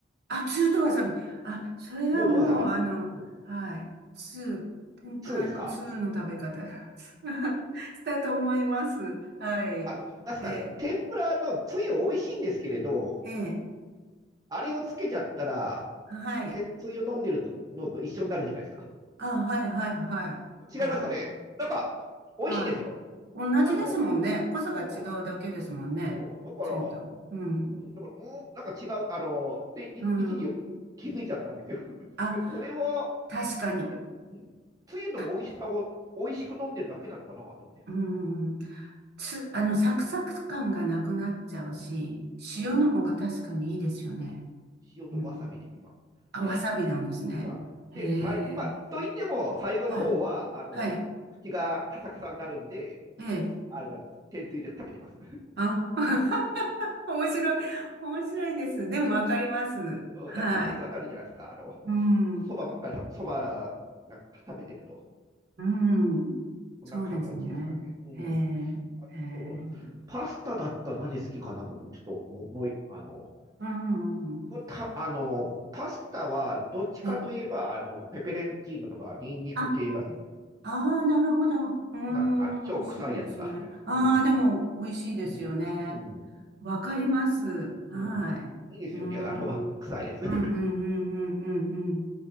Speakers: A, on the right; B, on the right.
A: あ、ツーとわさび。あ、それはもう、
B: 塩とわさび。
A: あの、
B: うん
A: はい。ツー、天ぷらのツーの食べ方
B: 通ですか
A: <laughs> したと思います。はい。
B: あの、なんすかね、
A: え
B: 天ぷらのつゆ美味しいんですけれど、
A: ー、え
B: あれをつけちゃったら、
A: ー、はい。
B: 天つゆ飲んでるとのと一緒になるじゃないですか。
A: あ、はい、はい、はい、はい、
B: 違いますかねなんか、美味しいんですよ。
A: はい。同じですもんね。
B: あの、
A: 濃さが違うだけですもんね。
B: うん、うん、だから、
A: ツーと。うん、
B: うん、だから、うん、なんか違う、あの、で、
A: うん。
B: い一時気づいちゃったんですよ。<laughs>
A: あ、
B: で、これは、
A: 確かに。
B: これ、うん、つゆの美味しさを美味しく飲んでるだけなのかなと思って。
A: た、うん。つ、あの、サクサク感がなくなっちゃうし、
B: うん。
A: 塩の方が確かにいいですよね。
B: うん、塩とわさびで今。
A: うん。あ、
B: で、
A: わさびなんですね。
B: で、まあ、
A: へ
B: で、さい、まあ、
A: え。
B: と言っても、最後の方は、
A: はい。
B: あの、
A: はい。
B: 口がカサカサになるんで、
A: ええ。
B: あれだ、天つゆで食べてます。
A: あ、<laughs> 面白い。面白いです。でもわかります。
B: うん、
A: はい。
B: なんかカサカサになるじゃないですか。あの、
A: うん。
B: そばばっかり食べ、そばなんか食べてると。
A: うん。
B: こんな形ですかね。
A: そうですね。
B: うん。
A: へえ。
B: あと、
A: へえ。
B: パスタだったら何好きかな、僕。ちょっと、もう、もういあの、
A: うん。
B: た、あの、パスタは、どっちかといえば、
A: ええ。
B: あの、ペペレンチーノとか、ニンニク系が好き
A: あ、ああ、なるほど。うん。
B: はい。あ、超臭いやつが。
A: 美味しいですね。ああ、
B: うん。
A: でも美味しいですよね。
B: うん。うん。
A: わかります。はい。
B: うん。いいですよ。
A: うん。
B: じゃあ、の、わ臭いやつ。
A: うんうんうんうん
B: <laughs>